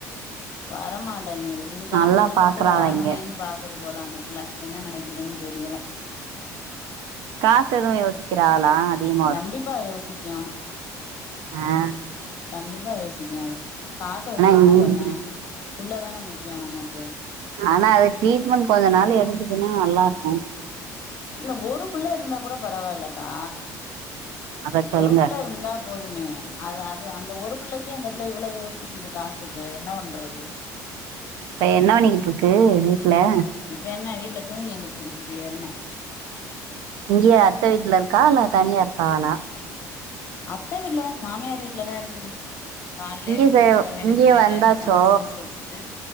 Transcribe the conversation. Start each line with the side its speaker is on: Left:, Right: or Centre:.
Left: வரமாட்டேங்குது இதுக்கா
Right: நல்லா
Left: மெனக்கட்டு
Right: பாக்குறாக
Left: வரணுமேன்
Right: இங்க
Left: பாக்குது போல அந்த புள்ள என்ன நெனைக்குதுன்னு தெரியல
Right: காசு எதுவு யோசிக்கிறாளா அதிகமா
Left: கண்டிப்பா யோசிக்கு
Right: ஆஹ்
Left: கண்டிப்பா யோசிக்கு அது காச வச்சு
Right: இங்
Left: என்ன பண்ண புள்ள தான முக்கியோ நமக்கு
Right: ஆனா அது ட்ரீட்மெண்ட் கொஞ்ச நாள் எடுத்துச்சுன்னா நல்லாருக்கு
Left: இல்ல ஒரு புள்ள இருந்தா கூட பரவால்லக்கா
Right: அத சொல்லுங்க
Left: ஒரு புள்ள இருந்தா போதுமே அது அது அந்த ஒரு புள்ளைக்கே அந்த புள்ள இவ்ளோ யோசிக்குது காசுக்கு என்ன பண்றது
Right: இப்ப என்ன பண்ணிகிட்டு இருக்கு வீட்ல
Left: இப்ப என்ன வீட்ல தூங்கி எந்திரிச்சுக்கிட்டு இருக்கு எரும
Right: இங்கேயே அத்த வீட்ல இருக்கா இல்ல தனியா இருக்காலா
Left: அத்த வீட்லதா மாமியார் வீட்லதா இருக்குது கால்லே
Right: இங்கேயே
Left: அவுங்க
Right: சே
Left: வீட்டுக்கார் வேலைக்கு
Right: இங்கேயே
Left: போயட்றாரு
Right: வந்தாச்சோ
Left: சமைச்சு கிமச்சு வச்சுட்டு